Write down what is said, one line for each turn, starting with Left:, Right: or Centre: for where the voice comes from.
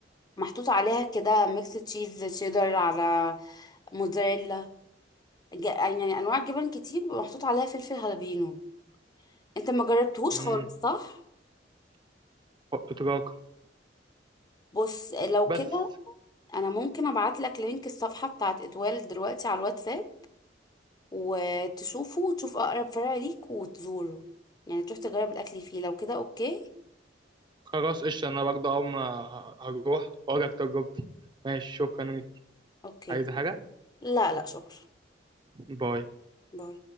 Left: محطوط عليها كده ميكس تشيز شيدر على موتزاريلا ج- يعني انواع جبن كتير ومحطوط عليها فلفل هالبينو انت ما جربتهوش
Right: مم.
Left: خالص صح
Right: إدراك
Left: بص لو
Right: بس
Left: كده انا ممكن ابعت لك لينك الصفحة بتاعت اتوال دلوقتي على الواتساب وتشوفه وتشوف اقرب فرع ليك وتزوره يعني تروح تجرب الاكل فيه لو كده اوكي
Right: خلاص قشطة أنا برضه أول ما ه- هروح وأقولك تجربتي ماشي شكرا ليك
Left: اوكي
Right: عايز حاجة؟
Left: لا لا شكرا
Right: باي
Left: باي